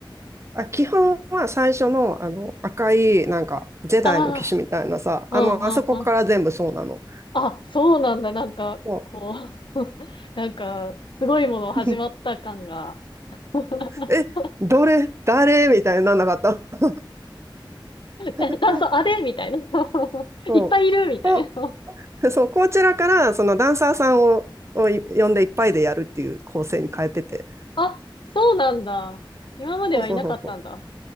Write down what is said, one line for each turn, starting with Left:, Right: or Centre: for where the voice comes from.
Right: あ、基本は最初の、あの、赤い、なんか、ジェダイの騎士みたいなさ、
Left: ああー、
Right: あの、
Left: うんうんうん。
Right: もうあそこから全部そうなの。
Left: あ、そうなんだ。なんか、
Right: も
Left: こう <laughs> なんか、すごいもの始まった感が。
Right: う、<laughs>
Left: <laughs>
Right: え、どれ、誰みたいになんなかった。
Left: え炭素、
Right: <laughs>
Left: あれみたいな。<laughs>
Right: そう。
Left: いっぱいいるみたいな。
Right: <laughs> そう、こちらから、そのダンサーさんを、をい呼んでいっぱいでやるっていう構成に変えてて。
Left: あ、そうなんだ。今まではいなかったんだ。
Right: そうそうそうそ